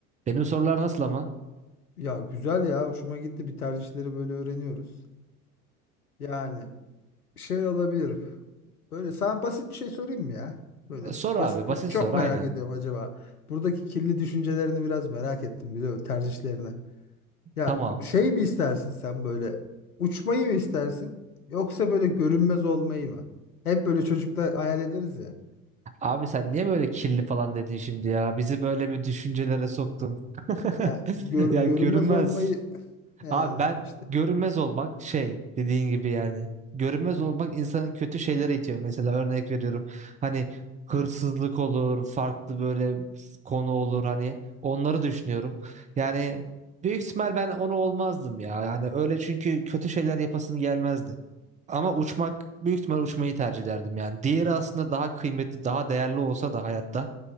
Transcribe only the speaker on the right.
Benim sorular nasıl ama?
Sor abi
basit
sor aynen.
Tamam.
Abi sen niye böyle kirli falan dedin şimdi ya? Bizi böyle bir düşüncelere soktun. <laughs>
Ya
görünmez.
Abi ben
görünmez olmak şey dediğin gibi yani. Görünmez olmak insanın kötü şeylere itiyor. Mesela örnek veriyorum. Hani hırsızlık olur, farklı böyle konu olur hani onları düşünüyorum. Yani büyük ihtimal ben onu olmazdım ya. Yani öyle çünkü kötü şeyler yapasım gelmezdi. Ama uçmak büyük ihtimal uçmayı tercih ederdim yani. Diğeri aslında daha kıymetli, daha değerli olsa da hayatta